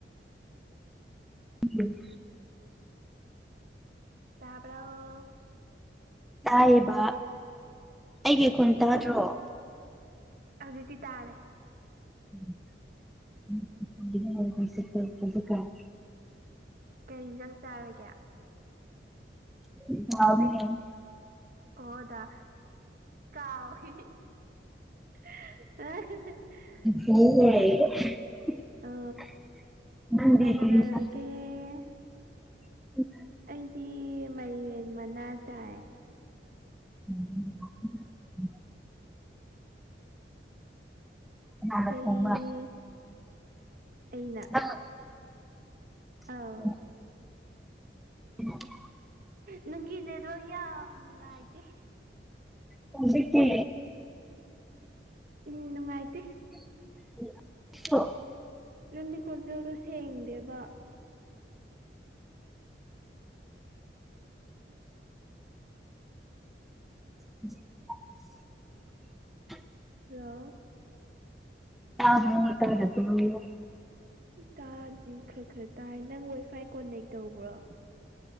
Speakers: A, in the centre; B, on the right.
A: ꯎꯝ
B: ꯇꯥꯕ꯭ꯔꯣ
A: ꯇꯌꯦꯕ ꯑꯩꯒꯤ
B: ꯑꯣ
A: ꯈꯣꯟ ꯇꯥꯗ꯭ꯔꯣ
B: ꯍꯧꯖꯤꯛꯇꯤ ꯇꯥꯔꯦ
A: <unintelligible>
B: ꯀꯩ ꯏꯟꯖꯥꯡ ꯆꯥꯔꯒꯦ
A: <unintelligible>
B: ꯑꯣ ꯗꯥ ꯀꯥꯎꯋꯦ <unintelligible>
A: <unintelligible>
B: ꯑ
A: ꯅꯪꯗꯤ
B: ꯀꯅꯥ ꯀꯅꯥ
A: ꯀꯔꯤ ꯏꯟꯁꯥꯡ
B: ꯂꯩꯒꯦ
A: <inaudible>
B: ꯑꯩꯗꯤ ꯃꯥꯏꯔꯦꯟ ꯃꯅꯥ ꯆꯥꯏ
A: <inaudible> ꯀꯅꯥꯅ
B: ꯆꯩ
A: ꯊꯣꯡꯕ
B: ꯑꯩꯅ
A: ꯅꯪꯅ <unintelligible>
B: ꯑꯧ
A: <inaudible>
B: ꯅꯪꯒꯤ ꯅꯦꯠꯋꯥꯛ ꯌꯥꯝ ꯅꯨꯡꯉꯥꯏꯇꯦ
A: ꯍꯧꯖꯤꯛꯇꯤ
B: ꯎꯝ ꯅꯨꯡꯉꯥꯏꯇꯦ
A: <unintelligible>
B: ꯅꯪꯒꯤ ꯈꯣꯟꯖꯦꯜꯗꯣ ꯁꯦꯡꯗꯦꯕ
A: <unintelligible>
B: ꯍꯜꯂꯣ
A: ꯇꯥꯕ꯭ꯔꯣ ꯇꯥꯗꯕ꯭ꯔꯣ
B: ꯇꯥꯗꯤ ꯈꯔ ꯈꯔ ꯇꯥꯏ ꯅꯪ ꯋꯥꯏꯐꯥꯏ ꯀꯣꯟꯅꯦꯛ ꯇꯧꯕ꯭ꯔꯣ